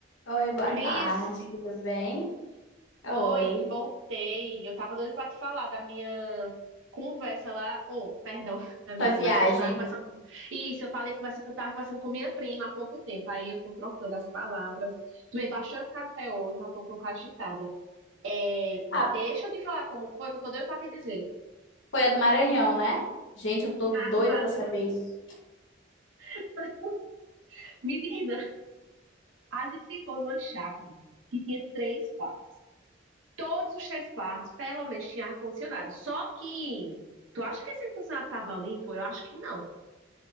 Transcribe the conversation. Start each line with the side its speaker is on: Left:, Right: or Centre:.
Left: Oi, boa
Right: Cris,
Left: tarde, tudo bem? Oi.
Right: oi, voltei. Eu tava doida pra te falar da minha conversa lá. Oh, perdão, <laughs> da minha
Left: Sua viagem?
Right: conversa que eu tava conversando. Isso, eu falei conversa que eu tava conversando com minha prima há pouco tempo. Aí eu tô trocando as palavras. Tomei bastante café hoje, eu tô um pouco agitada. É, deixa
Left: Ah,
Right: eu te falar como foi, que eu tô doida pra te dizer.
Left: foi a do Maranhão, né? Gente, eu tô doida
Right: Tá do Maranhão.
Left: pra saber isso.
Right: <laughs> Menina, a gente ficou numa chácara que tinha três quartos. Todos os três quartos, pelo menos, tinha ar-condicionado. Só que, tu acha que esse ar-condicionado estava limpo? Eu acho que não.